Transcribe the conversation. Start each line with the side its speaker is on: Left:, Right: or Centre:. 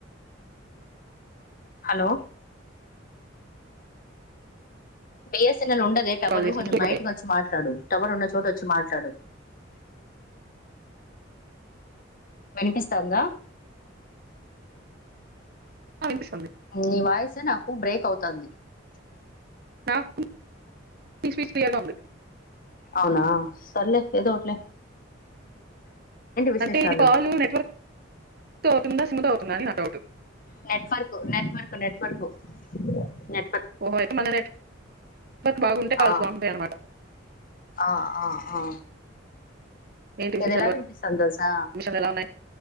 Left: హలో బేస్ చిన్న ఉండేదే టవరు
Right: కాల్ చేసినప్పుడు
Left: కొెంచం బయటకు
Right: పడ్డాయి
Left: వచ్చి మాట్లాడు టవర్ ఉన్న చోట వచ్చి మాట్లాడు వినిపిస్తోందా
Right: ఆ వినిపిస్తుంది
Left: నివాయిస్ నాకు బ్రేక్ అవు తంది
Right: నాకు ఈ స్వీట్ తియ్యగా ఉంది
Left: అవునా సర్లే ఏదో ఓట్లే విశేషాలు
Right: అంటే ఇది కాల్ నెట్వర్క్ అవుతుందా స్మూత్ అవుతుందా అని నా డౌట్
Left: నెట్వర్క్ నెట్వర్క్ నెట్వర్క్ నే
Right: <inaudible> అనమాట
Left: ఆ ఆ ఆ ఆ
Right: ఏంటి విశేషాలు
Left: ఇది ఎలా వినిపిస్తుంది తెల్సా
Right: మిషన్లు ఎలా ఉన్నాయి